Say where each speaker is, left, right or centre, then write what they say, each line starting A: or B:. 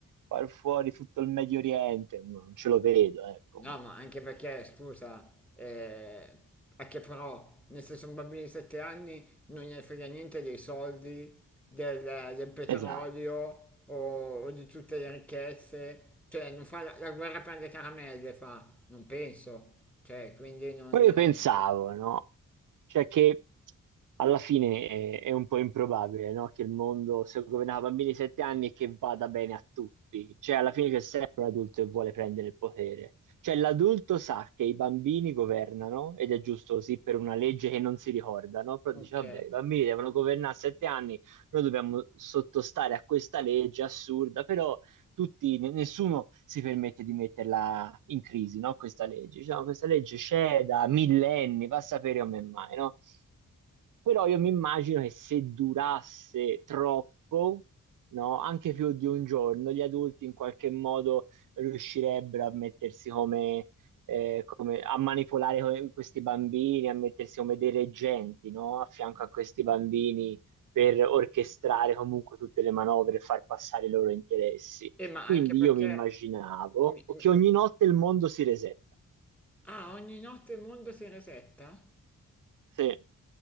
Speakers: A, on the right (about 70°); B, in the centre.
A: far fuori tutto il Medio Oriente. No, Non ce lo vedo, ecco.
B: No, ma anche perché, scusa, eh, è che però, nel senso, un bambino di 7 anni non gli frega niente dei soldi, del, del petrolio
A: Esatto.
B: o, o di tutte le ricchezze, cioè non fa la, la guerra per le caramelle, fa, non penso, cioè, quindi non...
A: Poi
B: eh,
A: io pensavo, no? Cioè che alla fine è, è un po' improbabile, no? Che il mondo sia governato da bambini di sette anni e che vada bene a tutti. Cioè alla fine c'è sempre un adulto che vuole prendere il potere. Cioè l'adulto sa che i bambini governano, ed è giusto così per una legge che non si ricorda, no? Però
B: ok.
A: dice, vabbè, i bambini devono governare a sette anni, noi dobbiamo sottostare a questa legge assurda, però tutti, ne- nessuno si permette di metterla in crisi, no? Questa legge. Diciamo, questa legge c'è da millenni, va a sapere come mai, no? Però io mi immagino che se durasse troppo, no, anche più di un giorno, gli adulti in qualche modo riuscirebbero a mettersi come, eh, come- a manipolare co- questi bambini, a mettersi come dei reggenti, no, a fianco a questi bambini per orchestrare comunque tutte le manovre e far passare i loro interessi.
B: E ma
A: Quindi
B: anche perché...
A: io mi immaginavo
B: mi- mi-
A: che
B: mi-
A: ogni notte il mondo si resetta.
B: ah, ogni notte il mondo si resetta?
A: Sì.